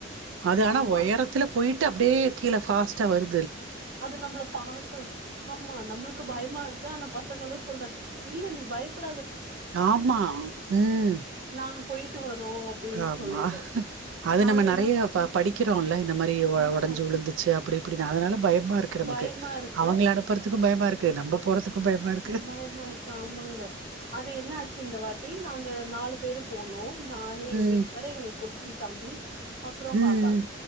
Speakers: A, on the right; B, on the right.
A: அது ஆனா
B: ஆமா
A: ஒயரத்துல போயிட்டு அப்டியே கீழ பாஸ்டா வரு
B: அது நம்மள பாக்க ஆமா நம்மளுக்கு பயமா இருக்கு ஆனா பச ங்களோ சொல்றே இல்ல நீ பயப்பட
A: ஆமா உம்
B: நாங்க போயிட்டு வரோ அப்டின்னு
A: ஆமா
B: சொல்லிட்டு
A: அது
B: நாங்க
A: நம்ம நெறைய
B: என்ன
A: படிக்கிறோம்ல இந்த மாரி
B: ஆமா
A: ஒடஞ்சு உழுந்துச்சு அப்டி அப்படிதா அதனால பயப் பயமா இருக்கு நமக்கு
B: பயமா இருக்கு
A: அவங்க அனுப்புறதுக்கு பயமா இருக்கு நம்ம போறதுக்கு பயமா இருக்கு
B: பயமா இருக்க ஆமாங்க அது என்ன சி இந்த வாட்டி நாங்க நாலு பேரும் போனோம் நானு எங்க
A: ம்
B: வீட்டுக்காரு எங்க குட் டி தம்பி அப்றோ
A: ம்
B: பாப்பா